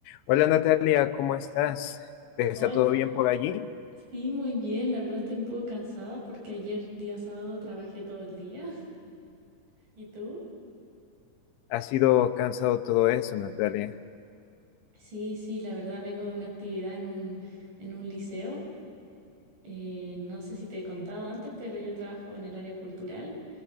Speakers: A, on the left; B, on the right.
A: Hola Natalia, ¿cómo estás? ¿Te está
B: Hola.
A: todo bien por allí?
B: Sí, muy bien. La verdad estoy un poco cansada porque ayer día sábado trabajé todo el día. <laughs> ¿Y tú?
A: ¿Ha sido cansado todo eso, Natalia?
B: Sí, sí, la verdad vengo de una actividad en un, en un liceo. Eh, no sé si te he contado antes, pero yo trabajo en el área cultural